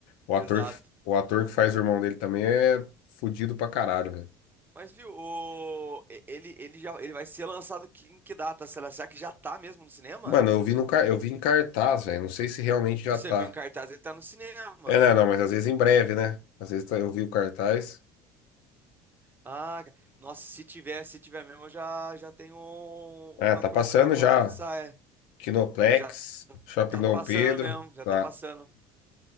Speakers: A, on the left; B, on the right.
A: O
B: Exato.
A: ator que, o ator que faz o irmão dele também é fudido pra caralho, velho.
B: Mas viu, o... e- ele, ele já ele vai ser lançado que- em que data? Será, será que já tá mesmo no cinema?
A: Mano, eu vi no, car- eu vi em cartaz, velho. Não sei se realmente já
B: Se você
A: tá.
B: viu em cartaz, ele tá no cinema.
A: É, não, não, mas às vezes em breve, né? Às vezes tá- eu vi o cartaz.
B: Ah, ca- nossa, se tiver, se tiver mesmo, eu já, já tenho um-
A: Ah,
B: uma
A: tá
B: coisa
A: passando
B: pra, pra
A: já.
B: pensar. É.
A: Kinoplex,
B: Já
A: Shopping
B: tá
A: Dom
B: passando
A: Pedro,
B: mesmo, já
A: tá.
B: tá passando.